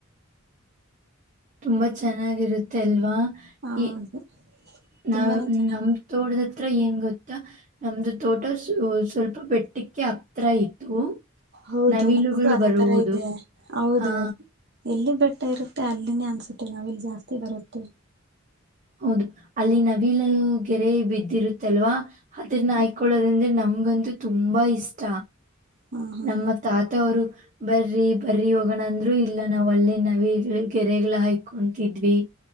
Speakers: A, on the right; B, on the right.
A: ತುಂಬಾ ಚೆನ್ನಾಗಿರುತ್ತೆ ಅಲ್ವಾ
B: ಹೌದು
A: ಈ ನ್
B: ತುಂಬಾನೇ ಚೆನ್ನಾಗಿರುತ್ತೆ
A: ನಮ ತೋಟದ ಹತ್ರ ಏನು ಗೊತ್ತಾ. ನಮ್ದು ತೋಟ ಸ್ವಲ್ಪ ಬೆಟ್ಟಕ್ಕೆ ಹತ್ರ ಇತ್ತು.
B: ಹೌದು
A: ನವಿಲುಗಳು
B: ನಮ್ದು ಅದೇ
A: ಬರುವುದು
B: ತರ ಇದೆ ಹೌದೌಹೌದು.
A: ಆ
B: ಎಲ್ಲಿ ಬೆಟ್ಟ ಇರುತ್ತೆ ಅಲ್ಲಿನೇ ಅನ್ಸುತ್ತೆ ನಾವ ಇಲ್ಲಿ ಜಾಸ್ತಿ ಬರುತ್ತೆ.
A: ಹೌದು ಅಲ್ಲಿ ನವಿಲು ಗೆರೆ ಬಿದ್ದಿರುತ್ತಲ್ವಾ. ಅದ್ರನ್ನ
B: ಹ
A: ಹಯಕೊಳ್ಳೋದಂದ್ರೆ ನಮ್ಗಂತೂ ತುಂಬ ಇಷ್ಟ.
B: ಹಾ ಹಾ
A: ನಮ್ಮ
B: ಹಾ
A: ತಾತ ಅವ್ರು ಬರ್ರಿ ಬರ್ರಿ ಹೋಗೋಣ ಅಂದ್ರು ಇಲ್ಲ ನಾವು ಅಲ್ಲೇ ನವಿಲ ಗೆರೆಗಳ ಹಾಕೊತಿದ್ವಿ.